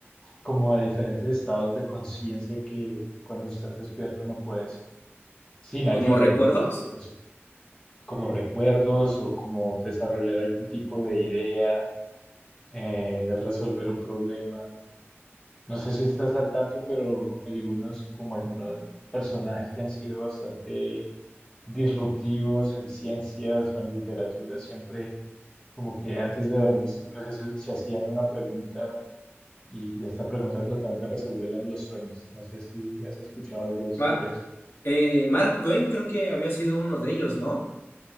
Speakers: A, on the left (about 20°); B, on the left (about 60°).
A: como a diferentes estados de conciencia que cuando estás despierto no puedes, sin ayudas,
B: ¿Como recuerdos?
A: ¿no? Porque pues como recuerdos o como desarrollar algún tipo de idea, eh, resolver un problema. No sé si estás al tanto, pero algunos, como algunos personajes que han sido bastante disruptivos en ciencias o en literatura, siempre como que antes de dormir siempre se, se hacían una pregunta y esta pregunta trataban de resolverla en los sueños. No sé si has escuchado algo sobre
B: Ma-
A: eso.
B: Eh, Mark Twain creo que había sido uno de ellos, ¿no?